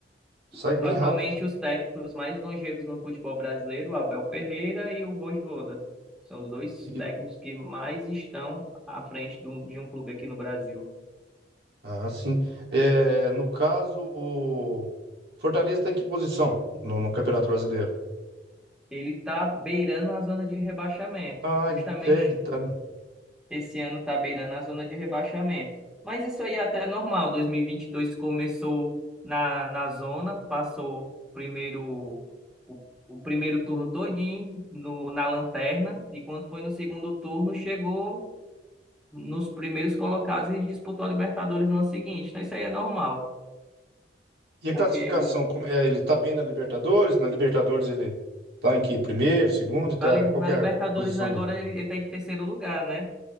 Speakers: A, on the right; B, in the centre.
A: sai
B: o-
A: bem
B: atualmente
A: rápido.
B: os técnicos mais longevos no futebol brasileiro, o Abel Ferreira e o Vojvoda, são os dois
A: E-
B: técnicos que mais estão à frente do- de um clube aqui no Brasil.
A: ah, sim. É, no caso, o Fortaleza tá em que posição no, no Campeonato Brasileiro?
B: Ele está beirando a zona de rebaixamento,
A: Ah,
B: justamente
A: ele, é, ele tá.
B: esse ano tá beirando a zona de rebaixamento. Mas isso aí é até normal. 2022 começou na, na zona, passou primeiro o, o primeiro turno todinho no, na lanterna e quando foi no segundo turno chegou nos primeiros colocados e disputou a Libertadores no ano seguinte. Então isso aí é normal,
A: E a
B: porque
A: classificação,
B: o
A: como- é, ele tá bem na Libertadores? Na Libertadores ele tá em que? Primeiro, segundo, e tá,
B: na, Li-
A: qual
B: na
A: que
B: Libertadores
A: é a posição
B: agora
A: dele?
B: ele, ele tá em terceiro lugar, né?